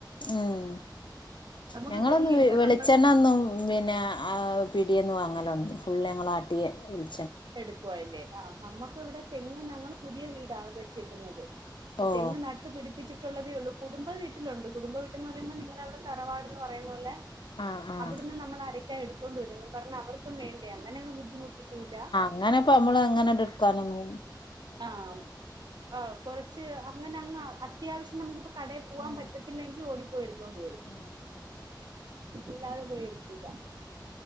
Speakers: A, on the left; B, on the right.
A: ഉം
B: നമുക്ക്
A: ഞങ്ങളൊന്നും
B: തെങ്ങില്ല
A: വെളിച്ചെണ്ണ
B: നമ്മൾ
A: ഒന്നും മിന്നെ അത് പീടിയേന്ന് വാങ്ങലാണ് ഫുള്ള് ഞങ്ങൾ ആട്ടിയെ വെളി
B: എടുക്കുവാല്ലേ ആ നമ്മക്ക് ഇവിടെ തെങ്ങ് ഞങ്ങൾ പുതിയ വീടാണ് വെച്ചേക്കുന്നത്. ഇപ്പ
A: ഓഹ്
B: തെങ്ങ് നട്ട് പിടിപ്പിച്ച് ട്ടുള്ളതേള്ളു കുടുംബ വീട്ടിലുണ്ട് കുടുംബ വീട്ടന്ന് പറയുമ്പോ നിങ്ങളവിടെ തറവാട്ന്ന് പറയുന്ന പോലെ
A: ആഹ് ആഹ്
B: അവിടുന്ന് നമ്മൾ അര ക്കെ എടുത്തോണ്ട് വെരുംന്ന് പറഞ്ഞ അവർക്കും വേണ്ടെ അങ്ങെനങ്ങ് ബുദ്ധിമു കിട്ടൂല
A: ങ്ങനെപ്പം നമ്മള് അങ്ങനെണ്ട് എട് ക്കാനൊന്നും
B: ആ ആ കൊറച്ച് അങ്ങനങ്ങ് അ ത്യാവശ്യം നമുക്ക് ഇപ്പം കടയിൽ പോവാൻ
A: ഉം
B: പറ്റത്തില്ലെങ്കിൽ ഓടി പോയ് എടുത്തോണ്ട് വരും.
A: ഉം ഉം
B: ഇല്ലാതെ പോയി എടുക്കൂല